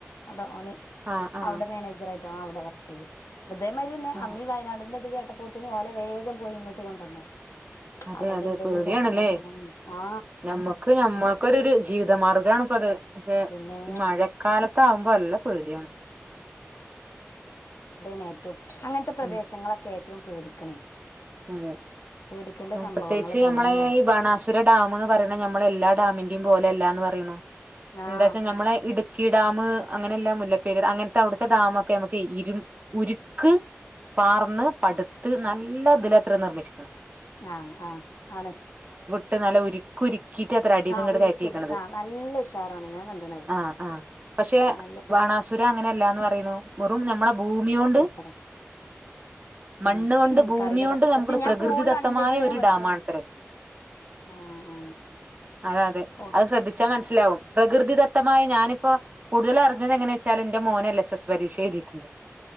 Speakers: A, on the left (about 80°); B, on the right (about 35°).
A: അവന്
B: ആഹ് ആഹ്
A: അവിടെ മാനേജറാ ട്ടാ അവിടെ വർക്ക്‌ ചെയ്യാ അതേമാതിരി തന്നെ
B: ആഹ്
A: അന്നീ വയനാടിന്റെയൊക്കെ കേട്ടപ്പൊ <unintelligible> വേഗം പോയി ഇങ്ങോട്ട് കൊണ്ടുന്നോ
B: അതെ
A: അവിടത്
B: അതെ
A: ഇണ്ടെന്ന്
B: പേടിയാണല്ലേ
A: കേട്ടപ്പോ കൊണ്ടുവന്നു ആ
B: ഞമ്മക്ക് ഞമ്മക്കൊരു ജീവിതമാർഗമാണ് ഇപ്പൊ അത് പക്ഷേ
A: പിന്നെ
B: ഈ മഴക്കാലമൊക്കെ ആകുമ്പോ നല്ല പേടിയാണ്
A: മാറ്റും അങ്ങനത്തെ പ്രദേശങ്ങളൊക്കെ
B: ഉം
A: ഏറ്റവും പേടിക്കണേ
B: അതെ
A: പേടിക്കേണ്ട സംഭവങ്ങൾ
B: പ്രതേകിച്ചു
A: തന്നെയാണ്
B: നമ്മളീ ബണാസുര ഡാമെന്ന് പറ ഞ്ഞാ നമ്മളെല്ലാ ഡാമിന്റെയ്യും പോലെ അല്ലാന്നു പറയണു
A: ആഹ്
B: എന്താച്ചാ നമ്മള് ഇടുക്കി ഡാമ് അങ്ങനെയുള്ള മുല്ലപ്പെരിയാർ അങ്ങനത്തെ അവിടത്തെ ഡാമൊക്കെ നമുക്കേ ഇരുമ്പ് ഉരുക്ക് പാർന്നു പടുത്ത് നല്ല ബലത്തിലാ നിർമിച്ചേക്കണേ
A: ആ ആ ആണ്
B: ട്ട് നല്ല ഉരു കുരിക്കിട്ടാ അത്രേ അടീന്ന്
A: ആ
B: ഇങ്ങട്ട്
A: ഒരുക്കിയത്
B: കേറ്റിയേക്കണത്
A: ആ നല്ല ഉഷാറാണ് ഞാൻ കണ്ടണത്
B: ആ ആ പക്ഷേ
A: നല്ല
B: ബാണാസുര അങ്ങനെ ഇല്ലാന്നു പറയുന്നു വെറും നമ്മടെ ഭൂമി കൊണ്ട്
A: സൂപ്പറാ
B: മണ്ണുകൊണ്ട്
A: ഉം അത് നിനക്കറിയില്ലട്ടോ
B: ഭൂമി കൊണ്ട് നമ്മക്ക്
A: പക്ഷെ ഞാൻ
B: പ്രകൃതി
A: പോയി
B: ത
A: കണ്ടിക്കണ്
B: ശക്തമായ ഒരു
A: പക്ഷെ
B: ഡാമാണത്രേ
A: ആ ആ
B: അതെ അതേ
A: ഓ
B: അത് ശ്രെദ്ധിച്ച മ ലോ പ്രകൃതിദത്തമായ ഞാനിപ്പോ കൂടുതലറിഞ്ഞത് എങ്ങനാവെച്ചാല് എന്റെ മോന് എൽ എസ് എസ് പരീക്ഷ എഴുതിയിട്ടിണ്ട്